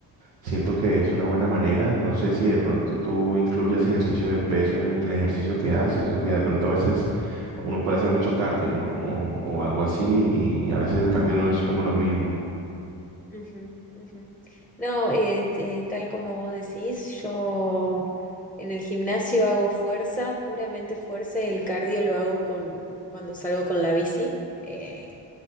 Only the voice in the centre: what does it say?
Ujú, ujú. No, eh, eh, tal como vos decís, yo en el gimnasio hago fuerza, puramente fuerza, y el cardio lo hago con, cuando salgo con la bici. Eh,